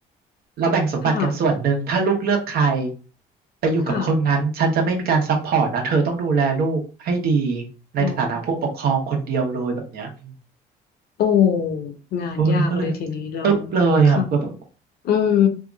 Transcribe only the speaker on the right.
เราแบ่งสมบัติกันส่วนหนึ่งถ้าลูกเลือกใคร
ไปอยู่กับคนนั้นฉันจะไม่มีการซัพพอร์ตนะเธอต้องดูแลลูกให้ดี
ในฐานะผู้ปกครองคนเดียวเลยแบบเนี้ยอืม
เออเนี่ยก็เลยปึ๊บเลยอ่ะก็แบบ